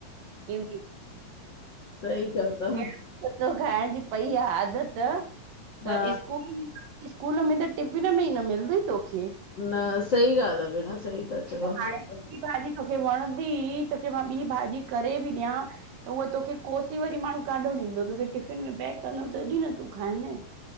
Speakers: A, on the right (about 75°); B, on the left (about 55°).
A: इ
B: सही चओ था
A: <inaudible> खाइण जी पई आ आदत त
B: हा
A: स्कूल स्कूल में त टिफ़िन में ई न मिलंदी तोखे।
B: न सई ॻाल्हि आ भेण, सही ता चओ।
A: हाणे ॿी भाॼी तोखे वणंदी तोखे मां ॿी भाॼी करे बि ॾियां त उह तोखे कोसी वरी माण्हू काॾो ॾींदो तोखे टिफ़िन में पैक कंदमि तॾी न तूं खाईंदे।